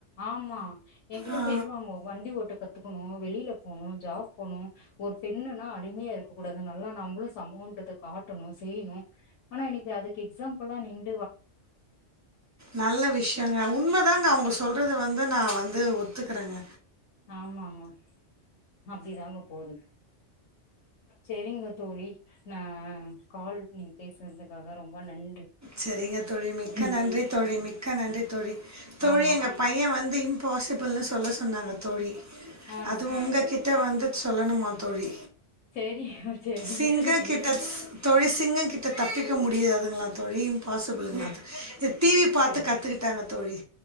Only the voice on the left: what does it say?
ஆமா எங்கிட்ட
சொல்வாங்கோ வண்டி ஓட்ட கத்துக்கணு வெளியில போணு ஜாப் போனு ஒரு பெண்ணுன்னா அடிமையா இருக்கக் கூடாது நல்லா நம்ப்ளு சமோன்றத காட்டணு னு ஆனா இன்னைக்கி அதுக்கு எக்ஸாம்பில்லா நின்
ஆமா ஆமா அப்படித்தாங்கோ போதும் சரிங்க தோழி நா கால் நீங்க பேசுறதுக்காக ரொம்ப நன்
ஆமா
ஆ
சேரி சேரிங்க
தோழி